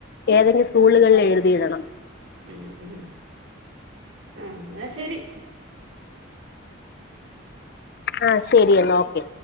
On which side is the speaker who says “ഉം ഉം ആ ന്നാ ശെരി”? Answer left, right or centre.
Right